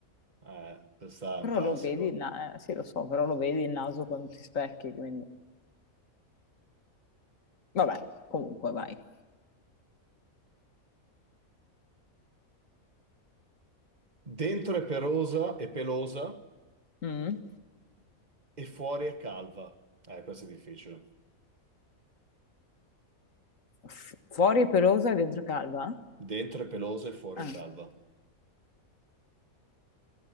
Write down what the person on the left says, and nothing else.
Però
lo vedi il na- eh, sì, lo so, però lo vedi il naso quando ti specchi, quindi... Vabbè, comunque vai.
Mm.
F- fuori è pelosa e dentro è calva?
Ah.